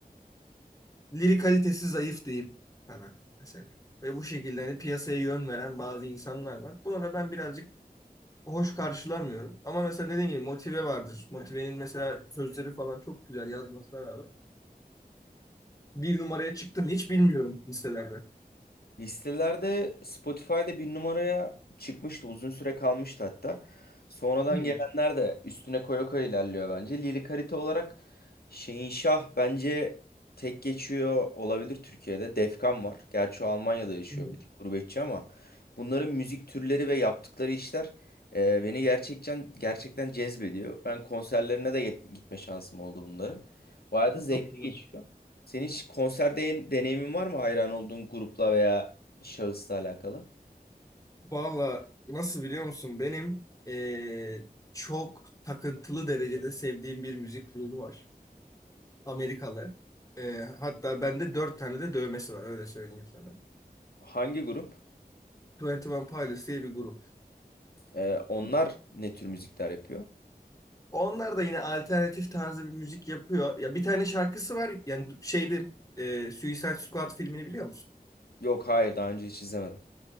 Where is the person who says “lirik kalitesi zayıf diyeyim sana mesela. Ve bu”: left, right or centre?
Left